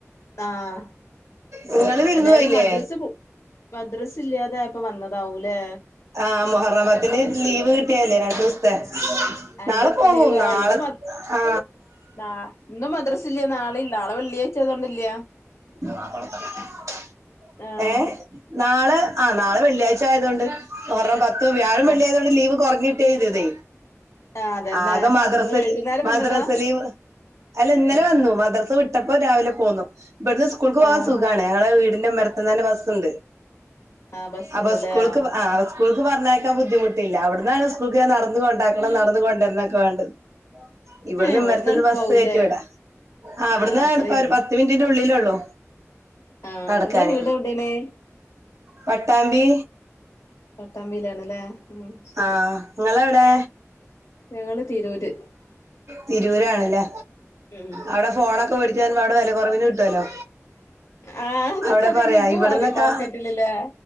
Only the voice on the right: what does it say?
നിങ്ങള് വിരുന്ന്
പോയില്ലേ
ആ മൊഹറം പത്തിന് ലീവ് കിട്ടിയ രണ്ട് ദിവസത്തെ
നാളെ പോവും
നാളെ
ആ
വപ്പത്ത <unintelligible>
ഏ നാളെ ആ നാളെ വെള്ളിയാഴ്ച ആയതൊണ്ട് ഒറം പത്ത് വ്യാഴം
വെള്ളിയായതോടെ ലീവ് കൊറഞ്ഞിട്ടേ ഇതെ
ആകെ മദ്രസ
മദ്രസലീവ്
അല്ല ഇന്നലെ വന്നു മദ്രാസ വിട്ടപ്പോ രാവിലെ പോന്നു ഇവിടുന്ന് സ്കൂൾക്ക് പോകവാൻ
സുഖാണ് ഞങ്ങളെ വീടിന്റെ മെർത്ത്ന്ന്ന്നെ ബസ്സുണ്ട്
അപ്പൊ സ്കൂൾക്ക്
ആ സ്കൂൾക്ക് പറഞ്ഞ ബുദ്ധിമുട്ടില്ല അവിടന്നാണ് സ്കൂൾക്ക നടന്ന കൊണ്ടാക്കണം നടന്ന കൊണ്ടുവരുന്നൊക്കെ വേണ്ടത് ഇവിടന്ന്
ഇ മരത്തുനിന്ന്
ബസ്സ് കയറ്റിവിടാ ആ അവിടന്നാ
എപ്പ ഒരു പത്ത് മിന്റിന്റെ ഉള്ളിലള്ളോ
നടക്കാന്
പട്ടാമ്പി
ആ നിങ്ങൾ എവിടെ
തിരൂരണല്ലേ
അവിടെ ഫോണൊക്കെ മെടി ക്കാൻ അവിടെ വില കുറവിനു കിട്ടലോ
അവിടെ
പറയാ
ഇവിടന്നൊക്കെ